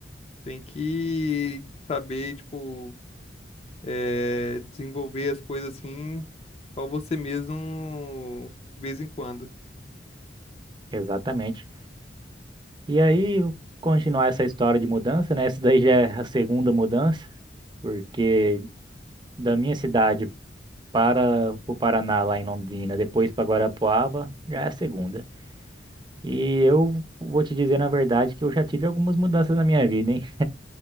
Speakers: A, on the left (about 35°); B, on the right (about 25°).
A: tem que saber, tipo, é, desenvolver as coisas assim, só você mesmo de vez em quando.
B: Exatamente. E aí, continuar essa história de mudança, né? Essa daí já é a segunda mudança, porque da minha cidade para o Paraná, lá em Londrina, depois para Guarapuava, já é a segunda. E eu vou te dizer, na verdade, que eu já tive algumas mudanças na minha vida, hein?